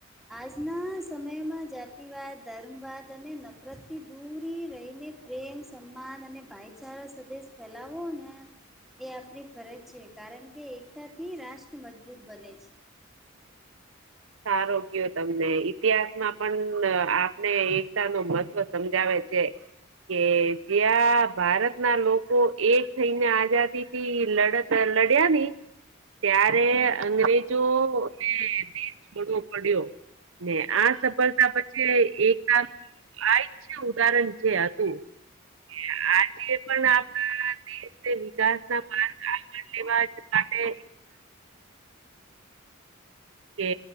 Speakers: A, in the centre; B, on the right (about 75°).
A: આજના સમયમાં જાતિવાદ ધર્મવાદ અને નફરતથી દૂર રહીને, પ્રેમ સન્માન અને ભાઈચારા સદેશ ફેલાવો ને એ આપની ફરજ છે કારણ કે એકતાથી રાષ્ટ્ર મજબૂત બને છે,
B: સારો કયો તમને ઈતિહાસમાં પણ આપને એકતા ન મહત્વ સમજાવે છે. કે જ્યાં ભારતના લોકો એક થઈને આઝાદી થી લડત લડ્યા નની ત્યારે અંગ્રેજો ને દેશ છોડવો પડ્યો ને આ સફળતા પછી એકતા આ છે, ઉદાહરણ જે હતું કે આજે પણ આપણા વિકાસ ના માર્ગ આગળ લેવા માટે કે